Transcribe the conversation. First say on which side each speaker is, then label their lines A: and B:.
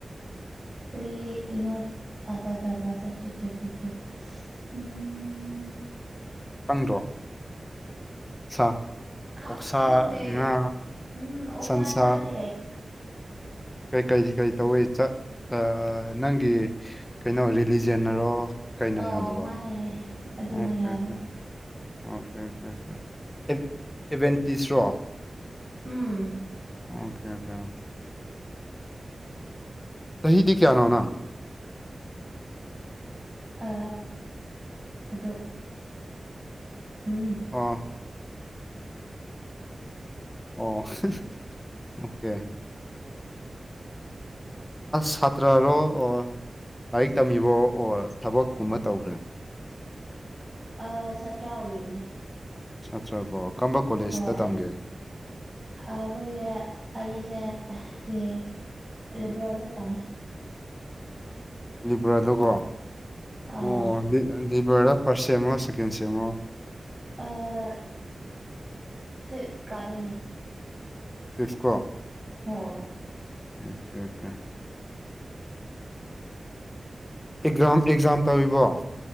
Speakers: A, on the right; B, on the left.
A: ꯀꯔꯤ ꯀꯩꯅꯣ ꯑꯄꯥ <unintelligible> ꯄꯕ <unintelligible> ꯎꯝ
B: ꯈꯪꯗ꯭ꯔꯣ ꯁꯥ
A: ꯈꯪꯗꯦ
B: ꯑꯣꯛꯁꯥ ꯉꯥ
A: ꯎꯝ ꯑꯣꯛꯁꯥ
B: ꯁꯟꯁꯥ
A: ꯆꯥꯗꯦ
B: ꯀꯩ ꯀꯔꯤ ꯀꯔꯤ ꯇꯧꯋꯤ ꯆꯥ ꯑ ꯅꯪꯒꯤ ꯀꯩꯅꯣ ꯔꯤꯂꯤꯖꯟꯅꯔꯣ ꯀꯩꯅ
A: ꯑꯧ
B: ꯌꯥꯗꯕ
A: ꯃꯥꯅꯦ ꯑꯗꯨꯅ
B: ꯑꯣꯀꯦ
A: ꯌꯥꯗꯕ
B: ꯑꯣꯀꯦ ꯑꯣꯀꯦ ꯑꯣꯀꯦ ꯑꯣ ꯑꯦꯚꯦꯟꯇꯤꯁꯔꯣ
A: ꯎꯝ
B: ꯑꯣꯀꯦ ꯑꯣꯀꯦ ꯆꯍꯤꯗꯤ ꯀꯌꯥꯅꯣ ꯅꯪ
A: ꯑ ꯑꯘꯨ ꯎꯝ
B: ꯑꯣ ꯑꯣ ꯑꯣꯀꯦ ꯁꯥꯇ꯭ꯔꯔꯣ ꯑꯣꯔ ꯂꯥꯏꯔꯤꯛ ꯇꯝꯃꯤꯕꯣ ꯑꯣꯔ ꯊꯕꯛꯀꯨꯝꯕ ꯇꯧꯒꯔ
A: ꯑꯥ ꯁꯥꯇ꯭ꯔꯥ ꯑꯣꯏꯔꯤꯕꯅꯦ
B: ꯁꯥꯇ꯭ꯔꯕꯣ ꯀꯔꯝꯕ ꯀꯣꯂꯦꯖꯇ
A: ꯍꯣꯏ
B: ꯇꯝꯒꯦ
A: ꯑꯩꯈꯣꯏꯁꯦ ꯑꯩꯁꯦ ꯁꯤ ꯂꯤꯕꯔꯦꯜꯗ ꯇꯝꯃꯦ
B: ꯂꯤꯚꯔꯗꯀꯣ
A: ꯑꯥ
B: ꯑꯣ ꯂꯤꯚꯔꯗ ꯐꯥꯔꯁ ꯁꯦꯠꯃꯣ ꯁꯦꯀꯦꯟ ꯁꯦꯠꯃꯣ
A: ꯑꯤ ꯐꯤꯞ ꯀꯥꯗꯣꯏꯅꯦ
B: ꯕꯤꯐꯀꯣ
A: ꯍꯣꯏ
B: ꯑꯣꯀꯦ ꯑꯣꯀꯦ ꯑꯦꯛꯖꯥꯝ ꯑꯦꯛꯖꯥꯝ ꯇꯧꯔꯤꯕꯣ